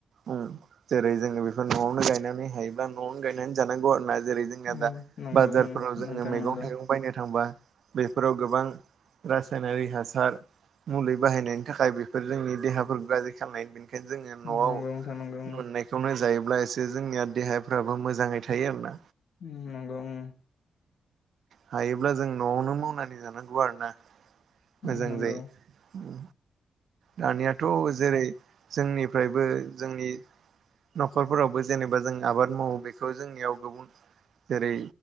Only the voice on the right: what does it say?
उम। जेरै जोङो बेफोर न'आवनो गायनानै हायोब्ला न'आवनो गायनानै जानांगौ आरो ना जेरै जोंना
दा
बाजारफोराव
जोङो
मैगं
थाइगं बायनो थांबा बेफोराव गोबां रासायनारि हासार मुलि बाहायनायनि थाखाय बे बफोर जोंनि देहाफोरखौ गाज्रि खालामनाय बेनिखायनो जोङो न'आव
मोननायखौनो जायो। ब्लासो जोंनिया देहाफ्राबो मोजाङै थायो आरोना।
हायोब्ला जों न'आवनो मावनानै जानांगौ आरो ना? मोजां
जायो। दानियाथ' जेरै जोंनिफ्रायबो जोंनि न'खरफोरावबो जेनेबा जों आबाद मावो बेखौ जोंनियाव गुबुन जेरै